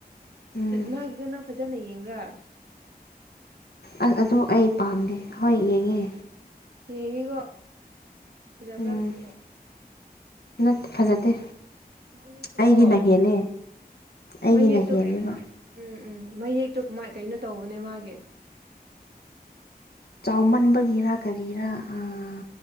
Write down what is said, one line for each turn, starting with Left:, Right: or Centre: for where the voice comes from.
Left: ꯎꯝ
Right: ꯃꯥꯒꯤꯗꯣ ꯅꯪ ꯐꯖꯅ ꯌꯦꯡꯔꯥ
Left: ꯑ ꯑꯗꯨ ꯑꯩ ꯄꯥꯝꯗꯦ ꯍꯣꯏ ꯌꯦꯡꯉꯦ
Right: ꯌꯦꯡꯉꯤꯀꯣ ꯐꯖꯕ꯭ꯔꯣ
Left: ꯎꯝ
Right: ꯅꯪꯒꯤ
Left: ꯅꯠꯇꯦ ꯐꯖꯗꯦ
Right: ꯃꯌꯦꯛꯇꯣꯀꯣ
Left: ꯑꯩꯒꯤꯅ ꯍꯦꯜꯂꯦ꯫ ꯑꯩꯒꯤꯅ
Right: ꯃꯌꯦꯛꯇꯣ
Left: ꯍꯦꯟꯂꯤꯕ꯫
Right: ꯀꯩꯅꯣ ꯎꯝ ꯎꯝ ꯃꯌꯦꯛꯇꯣ ꯃꯥꯏ ꯀꯩꯅꯣ ꯇꯧꯕꯅꯦ ꯃꯥꯒꯤ꯫
Left: ꯆꯥꯎꯃꯟꯕꯒꯤꯔ ꯀꯔꯤꯔꯥ ꯑꯥ